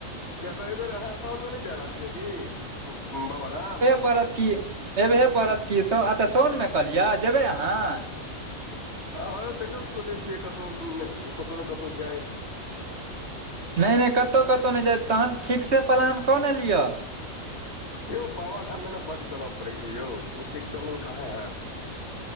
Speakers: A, on the left; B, on the right.
A: किए तऽ एहिबेर अहाँ साउनमे नहि जा रहल छियै अथि बाबाधाम
B: पड़त कि एयबहे पड़त कि अच्छा सोनमे कहलियै जेबै अहाँ।
A: आ देखियौ सोचै छियै कतहु कतहु ने कतहु जाय
B: नय नय कतहु कतौ नहि जाय तहन फिक्से प्लान कऽ ने लियअ
A: यौ बाबाधाममे ने बड्ड चलय पड़ैत छय यौ ओतेक चलल कहाँ हैत